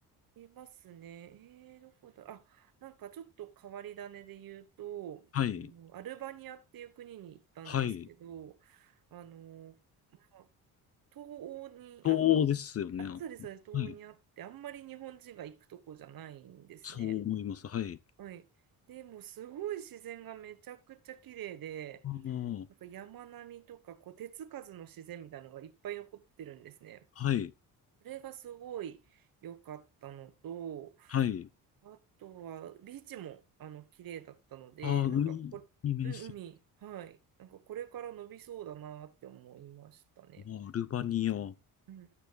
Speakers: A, on the right; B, on the left.
A: いますね。えー、どこだ、あ、なんかちょっと変わり種で言うと、
B: はい。
A: あのアルバニアっていう国に行ったんですけど、
B: はい。
A: あの、まあ、東欧にあ、
B: そうですよね。
A: あ、
B: は
A: そうです、そうです、東欧にあって、
B: い。
A: あんまり日本人が行くとこじゃないんですね。
B: そう思います。はい。
A: はい。でもうすごい自然がめちゃくちゃ綺麗で、
B: ああ、
A: なんか山並みとかこう手つかずの自然みたいなのがいっぱい残ってるんですね。
B: はい、
A: それがすごい良かったのと、
B: はい。
A: あとは、ビーチも、あの、綺麗だったので、
B: ああ、
A: なんかこ、
B: 海に面して、
A: うん、海、はい。なんか、これから伸びそうだなって思いましたね。
B: ああアルバニア。ど
A: うん。